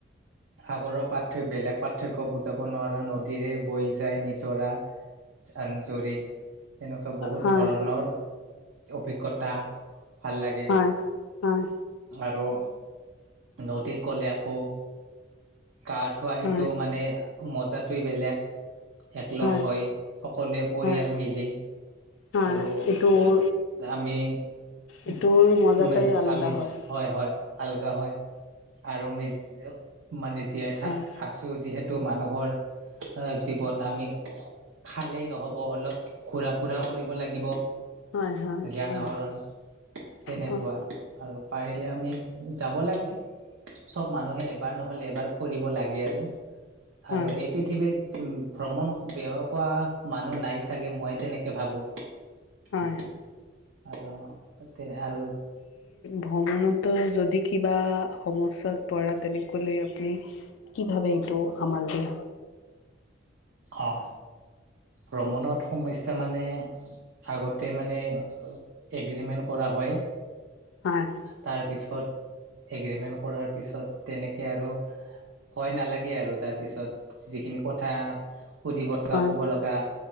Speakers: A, on the right; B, on the left.
A: সাগৰৰ পাৰ্থক্য বেলেগ পাৰ্থক্য বুজাব নোৱাৰা নদীৰে বৈ যায় নিজৰা। জান জুৰি এনেকুৱা বহুত
B: হয়
A: ধৰণৰ অভিজ্ঞতা। ভাল লাগে
B: হয় হয়
A: আৰু নদীত গ'লে আকৌ গা ধোৱা সিটো
B: হয়
A: মানে মজাটোৱেই বেলেগ। একলগ
B: হয়
A: হৈ সকলোৱে পৰিয়াল
B: হয়
A: মিলি।
B: হয়
A: আৰু
B: এইটোৰ
A: আমি
B: এইটোৰ
A: -
B: মজাটাই আলাদা
A: আমি
B: হয়
A: <unintelligible> হয়-হয় হালকা হয় আৰু আমি মানে জীয়াই থা
B: হয়
A: আছো যিহেতু মানুহৰ জীৱন আমি খালেই নহ'ব অলপ ঘূৰা - ফুৰা কৰিব লাগিব
B: হয় হয়
A: জ্ঞান
B: হয়
A: আহৰণ তেনেকুৱা
B: হয়
A: আৰু পাৰিলে আমি যাব লাগে। চব মানুহে এবাৰ নহলে এবাৰ ফুৰিব লাগে আৰু
B: হয়
A: আৰু এই পৃথিৱীত উ ভ্ৰমণ বেয়া পোৱা মানুহ নাই চাগে মই তেনেকে ভাবো।
B: হয়
A: <unintelligible> আৰু তে আৰু
B: ভ্ৰমণতো যদি কিবা সমস্যাত পৰা তেনেকে হলে আপুনি কি ভাৱে এইটো সামাল দিয়া।
A: অ, ভ্ৰমণত সমস্যা মানে আগতে মানে এগ্ৰিমেণ্ট কৰা হয়।
B: হয়।
A: তাৰ পিছত এগ্ৰিমেন্ট কৰাৰ পিছত তেনেকে আৰু ভয় নালাগে আৰু তাৰপিছত যিখিনি কথা সুধিব লগা
B: হয়
A: বা ক'ব লগা।